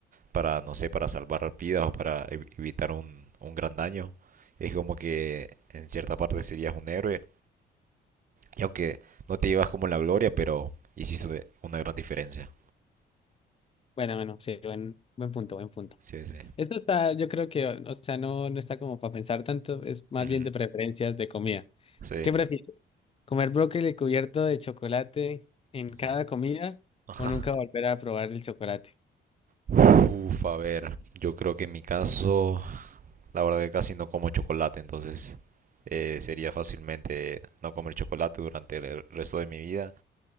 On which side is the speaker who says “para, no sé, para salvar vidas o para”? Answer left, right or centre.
Right